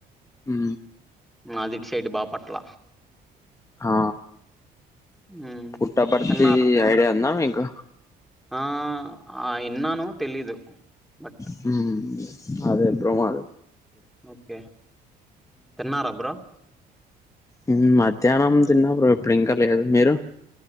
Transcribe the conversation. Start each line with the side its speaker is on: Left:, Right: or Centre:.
Left: హు
Centre: మాదిగ్ షేడ్ బాపట్ల
Left: ఆ
Centre: మ్మ్.
Left: పుట్టపర్తి
Centre: తిన్నారా బ్రో
Left: ఐడియా ఉందా మీకు
Centre: ఆ ఆ ఇన్నాను తెలీదు బట్
Left: హ్మ్ అదే బ్రోమ్ అదె
Centre: ఓకే తిన్నారా బ్రో
Left: హ్మ్ మధ్యాహ్నం తిన్న బ్రో ఇప్పుడు ఇంకా లేదు మీరు